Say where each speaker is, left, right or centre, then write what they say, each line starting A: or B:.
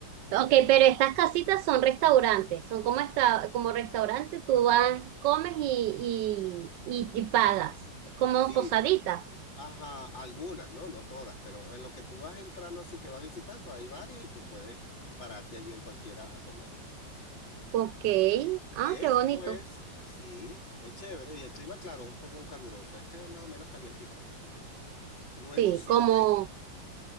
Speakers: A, on the right (about 70°); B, on the left (about 80°).
A: Ok, pero estas casitas son restaurantes, son como esta, como restaurante, tú vas, comes y, y, y, y pagas, como
B: Sí,
A: posaditas.
B: Ajá, algunas, ¿no? No todas, pero en lo que tú vas entrando así que vas visitando, hay varias y tú puedes pararte allí en cualquiera a comer.
A: Ok. Ah,
B: Después,
A: qué bonito.
B: sí, es chévere y el clima, claro, es un poco caluroso, es que es más o menos calientico. Luego
A: Sí,
B: sigues,
A: como,